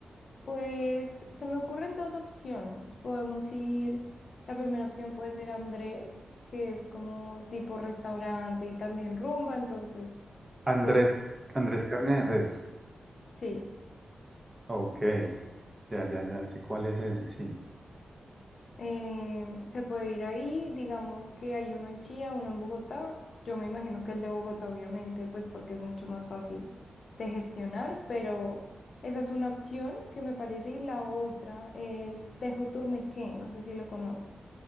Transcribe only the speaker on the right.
Andrés,
Andrés Carne de Res.
Ok. Ya, ya, ya sé cuál es ese, sí.